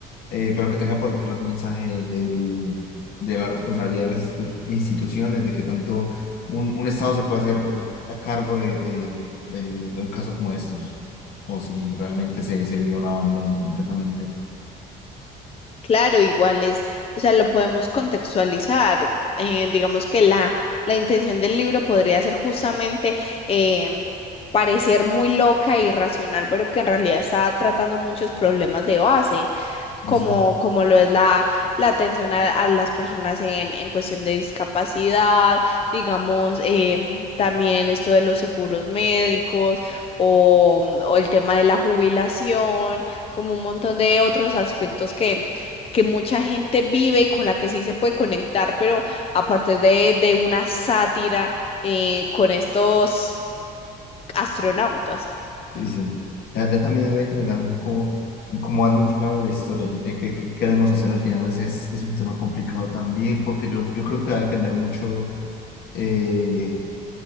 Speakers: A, on the left (about 65°); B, on the left (about 35°).
A: eh, pero que tenga por detrás un mensaje del- de la responsabilidad de las institu- instituciones, de que tanto un, un Estado se puede hacer a cargo de, de- de- de un caso como estos, o si realmente se, se vio un abandono completamente.
B: Claro, igual es, o sea, lo podemos contextualizar. eh, digamos que la, la intención del libro podría ser justamente em, parecer muy loca e irracional, pero que en realidad está tratando muchos problemas de base
A: Entonces,
B: como, como lo es la, la atención a, a las personas en, en cuestión de discapacidad, digamos, em, también esto de los seguros médicos o, mm, o el tema de la jubilación, como un montón de otros aspectos que, que mucha gente vive y con la que sí se puede conectar, pero a partir de, de una sátira eh, con estos astronautas.
A: sí, sí. La verdad también habría que pensar un poco en cómo darle un final a la historia, eh, qué, qué queremos hacer al final, ese es, es un tema complicado también, porque yo, yo creo que va a depender mucho. eh,